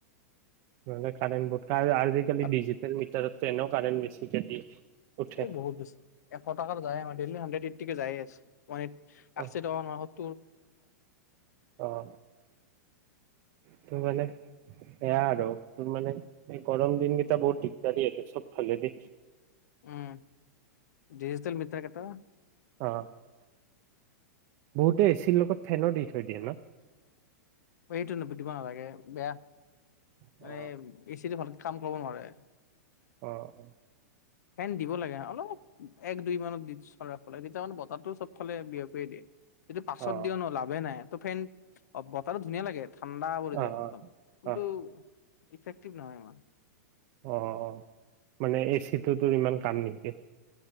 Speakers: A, on the right; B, on the left.
A: নহলে কাৰাৰেন বট কাৰ আজিকালি
B: আৰু
A: ডিজিটেল মিটাৰ এনে কাৰাৰেণ্ বেছিকে দিয়ে উঠে
B: এই বহুত বেছি এশ টাত যায় আমাৰ ডেইলি হাণ্ড্ৰেড এইট্টি কে যায় আছে মানে
A: অ
B: আশী টকা মাহত
A: অ' তো মানে সেয়া আৰু তোৰ মানে স গৰম দিনকেইটা বহুত দিগদাৰি, অ' চবফালেদি
B: উম! ডিজিটেল মিটাৰ কিটা
A: অ বহুতে এচিৰ লগত ফেনৰ দি থৈ দিয়ে ন!
B: এইটো দিব নালাগে, বেয়া।
A: অ
B: মানে এ চিত ভাল। কাম কৰিব নোৱাৰে।
A: অ' অ'
B: ফেন দিব লাগে অলপ, এক দুই মানত দি চৰা লাগে তেতিয়া মানে বতাহটো চব লে বিয়পিয়ে দিয়ে যটো পাছত
A: অ অ
B: দিয় ন লাভে নাই। ত' ফেন অব তাতো ধুনীয়া লাগে। ঠাণ্ডা পৰি
A: অ
B: যায় একদম, কিন্তু
A: অ
B: ইফেক্টিভ নহয় ইমান।
A: অ', অ', মানে এচিটো টোৰ ইমান কাম নিদিয়ে।